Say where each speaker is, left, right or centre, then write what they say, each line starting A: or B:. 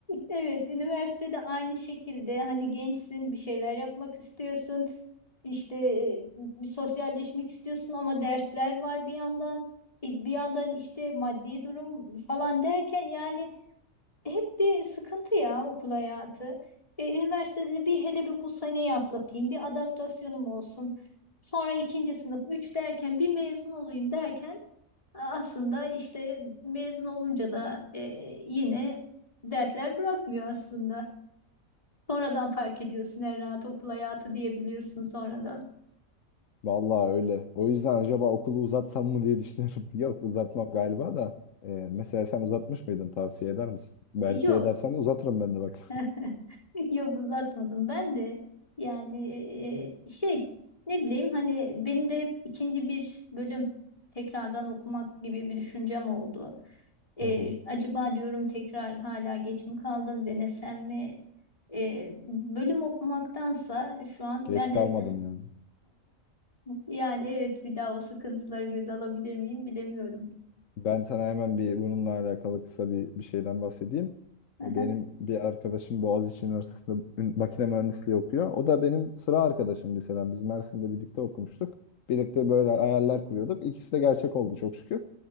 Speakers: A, on the left; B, on the left.
A: Evet, üniversitede aynı şekilde hani gençsin, bir şeyler yapmak istiyorsun, işte e, bir sosyalleşmek istiyorsun ama dersler var bir yandan, E, bir yandan işte maddi durum falan derken yani hep bir sıkıntı ya okul hayatı. E, üniversitede bir hele bir bu seneyi atlatayım, bir adaptasyonum olsun. Sonra ikinci sınıf, üç derken bir mezun olayım derken. Aslında işte mezun olunca da e, yine dertler bırakmıyor aslında. Sonradan fark ediyorsun en rahat okul hayatı diyebiliyorsun sonradan.
B: Vallahi öyle. O yüzden acaba okulu uzatsam mı diye düşünüyorum. <laughs> Yok uzatmam galiba da. Ee, mesela sen uzatmış mıydın? Tavsiye eder misin? Belki
A: E, Yok.
B: edersen uzatırım ben de bak.
A: <laughs> Yok uzatmadım ben de. Yani e, e, şey ne bileyim hani benim de hep ikinci bir bölüm tekrardan okumak gibi bir düşüncem oldu. E,
B: Hı hı.
A: acaba diyorum tekrar hala geç mi kaldım denesem mi? E, bölüm okumaktansa şu an
B: Geç
A: ben
B: kalmadın
A: de
B: yani.
A: Yani evet bir daha o sıkıntıları göze alabilir miyim bilemiyorum.
B: Ben sana hemen bir bununla alakalı kısa bir, bir şeyden bahsedeyim.
A: Aha.
B: Ee, Benim bir arkadaşım Boğaziçi Üniversitesi'nde ün- makine mühendisliği okuyor. O da benim sıra arkadaşım liseden. Biz Mersin'de birlikte okumuştuk. Birlikte böyle hayaller kuruyorduk. İkisi de gerçek oldu çok şükür.